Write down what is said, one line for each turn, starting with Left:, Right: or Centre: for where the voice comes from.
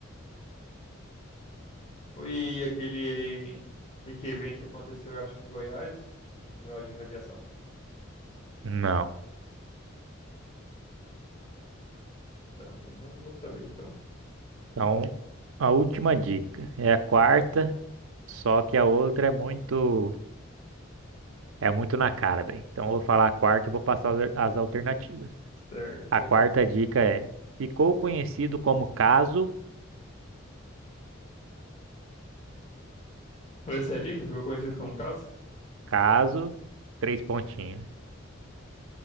Left: e aquele meio evento que aconteceu, eu acho que em Goiás, com um negócio de radiação?
Right: Não.
Left: Também não vou saber, então.
Right: Então, a última dica é a quarta, só que a outra é muito é muito na cara daí. Então, eu vou falar a quarta e vou passar as as alternativas.
Left: Certo.
Right: A quarta dica é: ficou conhecido como caso,
Left: Essa é a dica, ficou conhecido como caso?
Right: caso, três pontinhos.